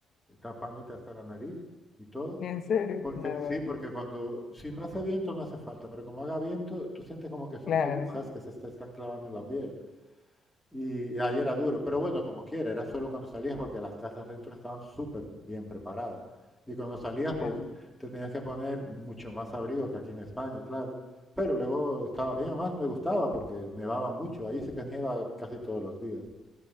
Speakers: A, in the centre; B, on the left.
A: tapándote hasta la nariz y todo.
B: En serio,
A: Porque
B: no,
A: sí,
B: bueno,
A: porque cuando, si no hace viento no hace falta, pero como haga viento, tú sientes como que son
B: claro,
A: agujas que se te están clavando en la piel. Y ahí era duro, pero bueno, como quiera, era solo cuando salías porque las casas dentro estaban súper bien preparadas. Y cuando salías, pues
B: claro.
A: te tenías que poner mucho más abrigo que aquí en España, claro. Pero luego estaba bien, además me gustaba porque nevaba mucho, ahí se que nieva casi todos los días.